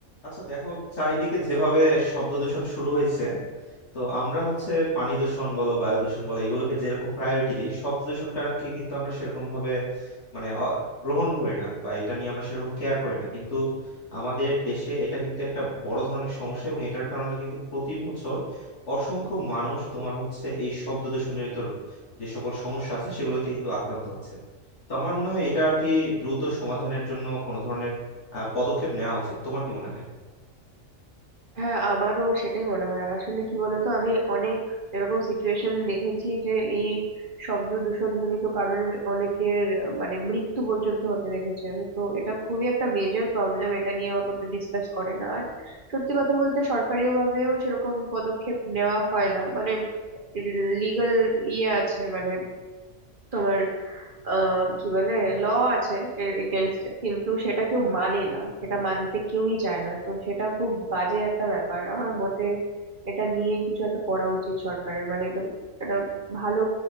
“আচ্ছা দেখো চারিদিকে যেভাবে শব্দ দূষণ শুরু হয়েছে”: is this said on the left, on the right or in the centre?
Left